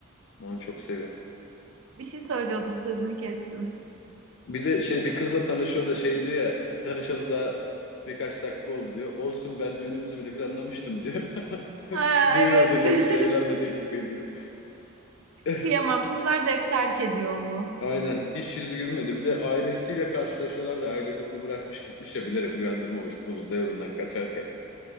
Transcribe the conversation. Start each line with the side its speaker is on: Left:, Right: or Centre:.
Left: Onu çok seviyorum.
Right: Bir şey söylüyordun, sözünü kestim.
Left: Bir de şey bir kızla tanışıyor da şey diyor ya tanışalı da birkaç dakika oldu diyor. Olsun ben düğünümüzü bile planlamıştım diyor. <laughs>
Right: Aa,
Left: Düğün
Right: evet.
Left: hazırlamış,
Right: <laughs>
Left: evlenme teklif ediyor. <laughs>
Right: Kıyamam. Kızlar da hep terk ediyor onu.
Left: Aynen. Hiç yüzü gülmedi. Bir de ailesiyle karşılaşıyorlar da ailesi bunu bırakmış gitmiş ya bilerek uyandırmamış buz devrinden kaçarken.